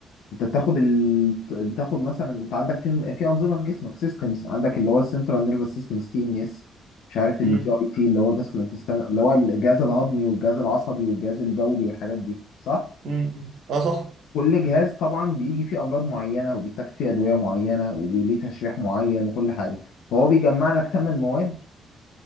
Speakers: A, on the left (about 80°); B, on the right (about 65°).
A: انت بتاخد ال... بتاخد مثلا انت عندك في في انظمه في جسمك سيستمز عندك اللي هو السنترال نيرفس سيستم السي ان اس مش عارف الجي
B: مم،
A: اي تي اللي هو جاسترو انتستان اللي هو الجهاز الهضمي والجهاز العصبي والجهاز البولي والحاجات دي صح؟
B: مم. اه صح
A: كل جهاز طبعا بيجي فيه امراض معينه وبيتاخد فيه ادويه معينه وليه تشريح معين وكل حاجه فهو بيجمع لك ثمان مواد